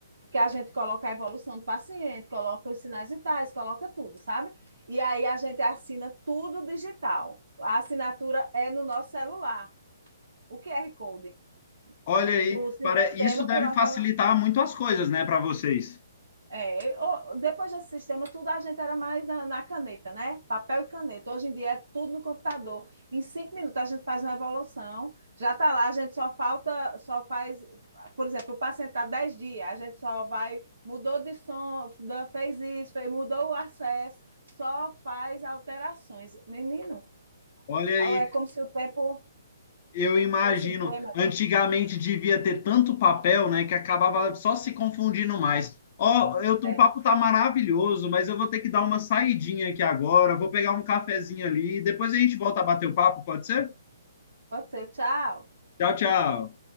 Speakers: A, on the right; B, on the left.
A: que a gente coloca a evolução do paciente, coloca os sinais vitais, coloca tudo, sabe? E aí a gente assina tudo digital. A assinatura é no nosso celular, o QR Code
B: Olha
A: do
B: aí,
A: sistema
B: para isso deve
A: por nosso
B: facilitar
A: celular.
B: muito as coisas, né, para vocês.
A: É, o- depois desse sistema, tudo a gente era mais na, na caneta, né? Papel e caneta. Hoje em dia é tudo no computador. Em cinco minutos a gente faz uma evolução, já está lá, a gente só falta, só faz, por exemplo, o paciente está 10 dias, a gente só vai, mudou de som, da- fez isso, fez- mudou o acesso, só faz alterações. Menino,
B: Olha aí,
A: é como se o tempo
B: eu imagino,
A: fosse bem melhor.
B: antigamente devia ter tanto papel, né, que acabava só se confundindo mais. Ó, eu tô,
A: É,
B: o papo tá maravilhoso, mas eu vou ter que dar uma saidinha aqui agora, vou pegar um cafezinho ali, depois a gente volta a bater o papo, pode ser?
A: pode ser, tchau.
B: Tchau, tchau.